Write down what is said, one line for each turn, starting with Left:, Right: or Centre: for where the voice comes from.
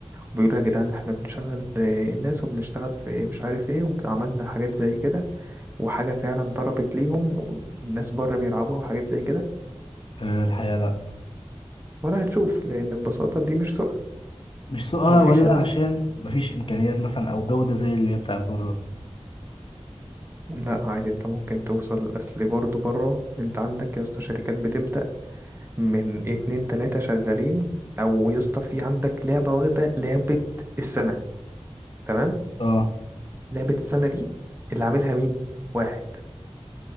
Right: وبيقولوا يا جدعان احنا بنشغل آه، ناس وبنشتغل في مش عارف ايه وعملنا حاجات زي كده وحاجة فعلا ضربت ليهم والناس بره بيلعبوها وحاجات زي كده
Left: آه، الحقيقه لا
Right: ولا هتشوف لأن ببساطة دي مش سوق
Left: مش سوقها
Right: مفيش
Left: ولا
Right: هنا
Left: عشان مفيش امكانيات مثلا او جوده زي اللي هي بتاعت بره
Right: لا عادي انت ممكن توصل اصل برضه بره انت عندك يا اسطى شركات بتبدأ من اتنين تلاتة شغالين او يا اسطى في عندك لعبة واخدة لعبة السنة تمام
Left: اه
Right: لعبة السنة دي اللي عاملها مين واحد